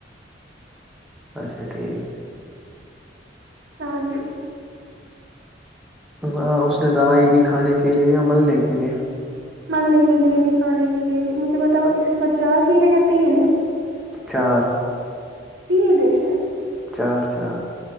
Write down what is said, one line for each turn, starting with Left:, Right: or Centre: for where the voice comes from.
Centre: اھا ٹھیک
Right: ہاں جی
Centre: ہاں اس نے دوائی دی کھانے کے لیے یا ملنے کے لیے
Right: ملنے کے لیے بھی کھانے کے لیے بھی مجھے بتاؤ اس کے بعد چار ہی ہے یا تین ہے
Centre: چار
Right: تین شید
Centre: چار چار